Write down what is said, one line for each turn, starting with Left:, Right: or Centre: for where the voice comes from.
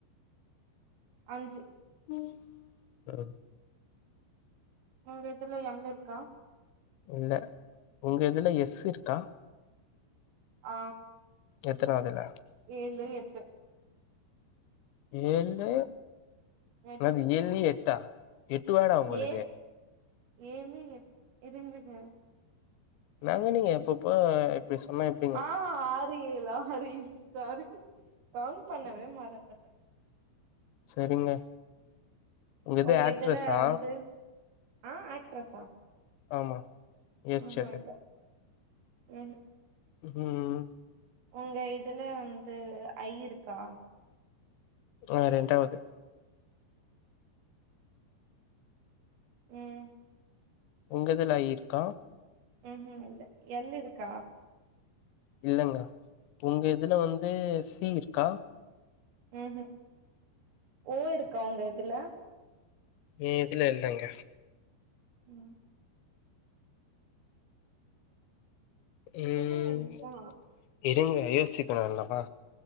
Right: அஞ்சு
Left: ம் ஆ
Right: உங்க இதுல எம் இருக்கா
Left: இல்ல உங்க இதுல எஸ் இருக்கா
Right: ஆ
Left: எத்தனாதுல
Right: ஏழு எட்டு
Left: ஏழு
Right: எட்டு
Left: அது ஏழு எட்டா எட்டு வேடா உங்களது
Right: ஏ ஏழு எட் இருந்துங்க
Left: என்னங்க நீங்க எப்பப்ப நீங்க சொன்னா எப்
Right: ஆ ஆறு ஏழு சரி ஆறு சாரி கவுண் பண்ணவே மறந்தர்றே
Left: செரிங்க இது
Right: உங்க
Left: ஆக்ட்ரஸா
Right: இதுல வந்து ஆ ஆக்ட்ரஸ்ஸா
Left: ஆமா எஸ்
Right: ஆகா
Left: அது
Right: இல்ல ம்
Left: ம் ம்
Right: உங்க இதுல வந்து ஐ இருக்கா
Left: ஆ ரெண்டாவது
Right: ம்
Left: உங்க இதுல ஜ இருக்கா
Right: ம் ம் இல்ல எல் இருக்கா
Left: இல்லங்கா உங்க இதுல வந்து சி இருக்கா
Right: ம்ஹ் ஓ இருக்க உங்க இதுல
Left: ஏ இதுல இல்லங்க
Right: ம்
Left: ம்
Right: சொல்லுங்க நீங்கதா
Left: இருங்க யோசிக்கவேணாமா